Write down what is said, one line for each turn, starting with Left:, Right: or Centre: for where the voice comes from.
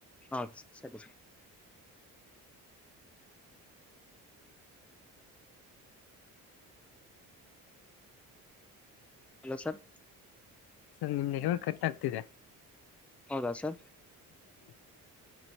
Centre: ಹದು ಸರ್ ಸರಿ ಸರ್. Hello sir.
Left: ಸರ್ ನಿಮ್ ನನೆಟ್ವರ್ಕ್ ಕಟ್ ಆಗ್ತಿದೆ.
Centre: ಹೌದಾ ಸರ್.
Left: <inaudible>